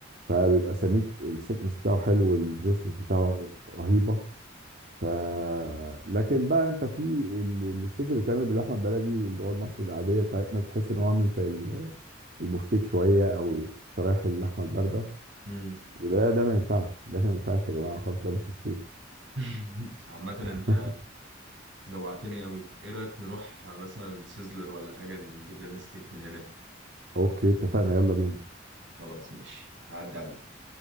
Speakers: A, on the right; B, on the right.
A: فبيبقى سميك السكنس بتاعه حلو والجوسنس بتاعه رهيبه ف لكن بقى انت في ال- الستيك اللي بيتعمل باللحمه البلدي اللي هو المصري العاديه بتاعتنا بتحس ان هو عامل زي ال- البفتيك شويه او شرايح اللحمه البارده
B: مم.
A: وده ده ما ينفعش ده ما ينفعش يا جماعه خالص ده مش ستيك
B: <laughs> عامة أنت
A: <laughs>
B: جوعتني أوي إيه رأيك نروح مثلا سيزلر ولا حاجة نجيب لنا ستيك من هناك
A: اوكي اتفقنا يلا بينا
B: خلاص ماشي هعدي عليك